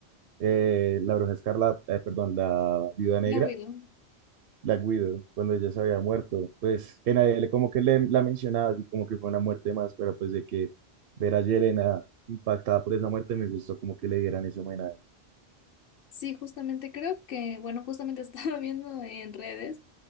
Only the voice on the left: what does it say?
La Widow.
Sí, justamente creo que, bueno, justamente <laughs> estaba viendo en redes.